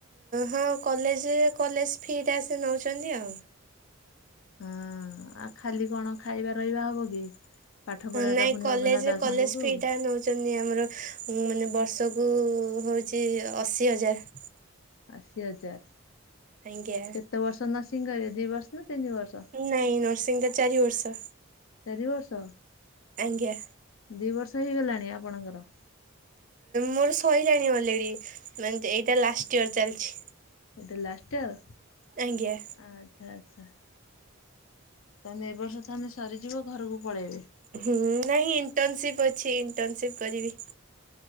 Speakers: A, on the right (about 35°); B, on the left (about 70°).
A: ହଁ କଲେଜ କଲେଜ ଫିଟା ସେ ନେଉଛନ୍ତି ଆଉ।
B: ହଁ ଆଉ ଖାଲି କଣ ଖାଇବା ରହିବା ହବ କି? ପାଠ
A: ହ
B: ପଢାଟା
A: ନାଇଁ
B: ପୁଣି
A: କଲେଜରେ
B: ହବ ନା ତା
A: କଲେଜ
B: ସାଙ୍ଗକୁ
A: ଫି ଟା ନଉ ଛନ୍ତି ଆମର ଉ ମାନେ ବର୍ଷକୁ ହଉଛି ଅଶି ହଜାର।
B: ଅଶୀ ହଜାର।
A: ଆଜ୍ଞା।
B: ଏତେ ବର୍ଷ ନର୍ସିଂ କରିବେ ଦୁଇ ବର୍ଷ ନା ତିିନି ବର୍ଷ।
A: ନାଇଁ ନର୍ସିଂ ଟା ଚାରି ବର୍ଷ।
B: ଚାରି ବର୍ଷ।
A: ଆଜ୍ଞା।
B: ଦୁଇ ବର୍ଷ ହେଇଗଲାଣି ଆପଣଙ୍କର?
A: ମୋର ସହିଲାଣି ଅଲରେଡି ମାନେ ଏଇଟା ଲାଷ୍ଟ ଇୟର ଚାଲିଛି।
B: ଏଇଟା ଲାଷ୍ଟ ଇୟର।
A: ଆଜ୍ଞା।
B: ଆଚ୍ଛା ଆଚ୍ଛା। ତାହେଲେ ଏବ ବର୍ଷ ତମେ ସରିଯିବ ଘରକୁ ପଳେଇବେ?
A: ହୁଁ ନାଇଁ ଇଣ୍ଟର୍ନସିପ୍ ଅଛି ଇଣ୍ଟର୍ନସିପ କରିବି।